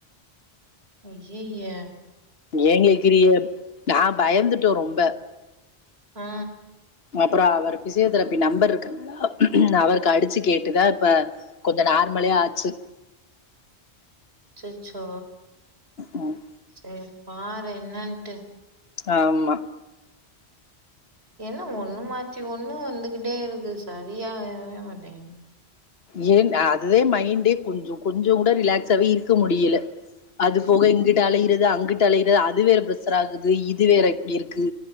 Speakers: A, on the right; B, on the left.
A: ஐய்யயே
B: ஏ கேக்றிய நா பயந்துட்டோ ரொம்ப
A: ஆ
B: அப்பறோ அவர் பிசியோதெரபி நம்பர் இருக்கங்களா அவருக்கு அடிச்சு கேட்டுதா இப்ப கொஞ்ச நார்மலே ஆச்சு
A: அச்சச்சோ
B: ம்.
A: சேரி பாரு என்னன்ட்டு
B: ஆமா
A: என்ன ஒண்ணு மாத்தி ஒண்ணு வந்துகிட்டே இருக்கு சரியாவே மாட்டேங்
B: ஏ அதுவே மைண்டே கொஞ்ச கொஞ்சோ கூட ரிலாக்ஸாவே இருக்க முடியல அது போக இங்கிட்டு அலையறது அங்கிட்டு அலையறது அது வேற பிரெஸர் ஆகுது இது வேற இப்டி இருக்கு